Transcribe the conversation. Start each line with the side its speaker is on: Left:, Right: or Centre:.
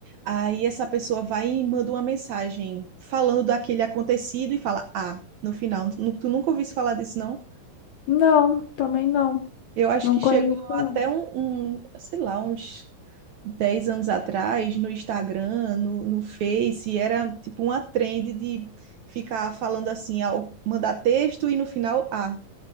Right: aí essa pessoa vai e manda uma mensagem falando daquele acontecido e fala, ah, no final, nu- tu nunca ouviste falar disso, não?
Left: Não, também não.
Right: Eu acho
Left: Não
Right: que
Left: conheço,
Right: chegou
Left: não.
Right: até um, um, sei lá, uns 10 anos atrás, no Instagram, no, no Face, era tipo uma trend de ficar falando assim, ao- mandar texto e no final, ah,